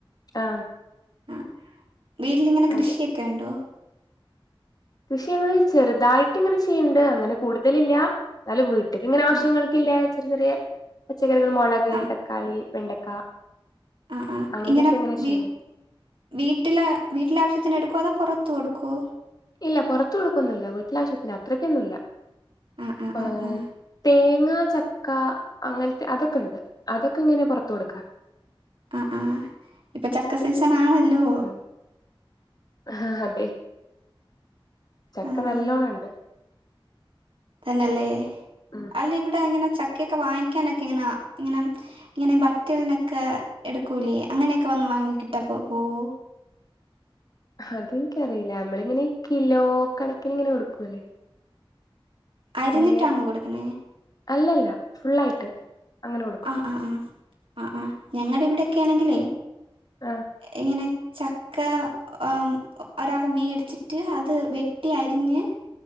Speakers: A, on the left; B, on the right.
A: ആ
B: ആ വീട്ടിലിങ്ങനെ കൃഷിയൊക്കെ
A: അതെ
B: ഉണ്ടോ
A: കൃഷിങ്ങള് ചെറുതായിട്ടിങ്ങനെ ചെയ്യണ്ട് അങ്ങനെ കൂടുതലില്ല എന്നാലും വീ ട്ട്ക്കിങ്ങനെ ആവശ്യങ്ങൾക്കില്ലേ
B: ആ
A: ചെറിയ ചെറിയ പച്ചക്കറികൾ മൊളക്
B: ആ
A: തക്കാളി വെണ്ടക്ക
B: ആഹ് ആഹ്
A: അങ്ങനെയൊക്കെ
B: ഇങ്ങനെ വീ
A: ചെയ്യും
B: വീട്ടിലെ വീട്ടിലെ ആവശ്യത്തിന് എടുക്കുവോ അതോ പൊറത്തു കൊടുക്കോ
A: ഇല്ല പൊറത്തൊടുക്കൊന്നുല്ല വീട്ടിലാവശ്യത്തിന് അത്രയ്ക്കൊന്നുല്ല
B: ആ ആ
A: ഏഹ്
B: ആ ആ
A: തേങ്ങാ ചക്ക അങ്ങനത്തെ അതൊക്കെണ്ട് അതൊക്കെങ്ങനെ പൊറത്ത് കൊടുക്കാൻ
B: ആഹ് ആഹ് ഇപ്പൊ ചക്ക സീസൺ ആണല്ലോ
A: ഉം ആഹ് അതെ ചക്ക
B: ആ
A: നല്ലോണണ്ട്
B: ആ തന്നെല്ലേ
A: ആഹ്
B: അല്ല ഇവ്ടെ അങ്ങനെ ചക്കയൊക്കെ വാങ്ങിക്ക്യാനൊക്കെ ഇങ്ങനെ ഇങ്ങനെ ഇങ്ങനെ വറ്റൽനൊക്കെ എട്ക്കൂലേ അങ്ങനെയൊക്കെ വന്ന് വാങ്ങിക്കിട്ടാ പോ പോവോ
A: അത് എനിക്കറിയില്ല നമ്മളിങ്ങനെ കിലോ കണക്കിന് ഇങ്ങനെ കൊടുക്കൂല്ലേ
B: അരിഞ്ഞിട്ടാണോ
A: ഇങ്ങനെ
B: കൊട്ക്ക്ണേ
A: അല്ലല്ല ഫുള്ളായിട്ട് അങ്ങനെ കൊടു
B: ആഹ് ആഹ് ആഹ് ആഹ് ഞങ്ങടെ ഇവിടെയൊക്ക്യെ ആണെങ്കിലേ
A: ആഹ്
B: ഇങ്ങനെ ചക്ക അം ഒരാള് മേടിച്ചിട്ട് അത് വെട്ടി അരിഞ്ഞ്